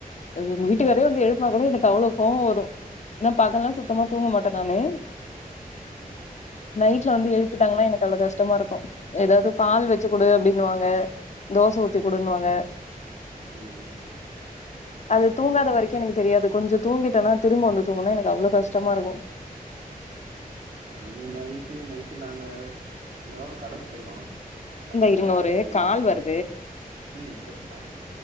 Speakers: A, on the left; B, on the right.
A: அது எங்க
B: ம்
A: வீட்டுக்காரே வந்து எழுப்பனா கூட எனக்கு அவ்ளோ கோவோ வரு ஏன்னா பகல்லா சுத்தமா தூங்க மாட்டே நானு
B: ம்
A: நைட்ல வந்து எழுப்பிட்டாங்கன்னா எனக்கு அவ்ளோ கஷ்டமா இருக்கு ஏதாது
B: இல்ல,
A: பால் வெச்சி குடு அப்டின்னு வாங்க தோச ஊத்தி குடுன்னுவாங்க
B: ம்
A: அது தூங்காத வரைக்கு எனக்கு தெரியாது கொஞ்சோ தூங்கிட்டன்னா திரும்ப வந்து தூங்கனுன்னா எனக்கு அவ்ளோ கஷ்டமா இருக்கு
B: நாங்க நைட்டு நைட்டு நாங்க சின்னதா ஒரு கடை வெச்சிருக்கோ அதனால
A: இந்த இருங்க ஒரு
B: நைட்
A: கால் வருது
B: ம் செரி பாருங்க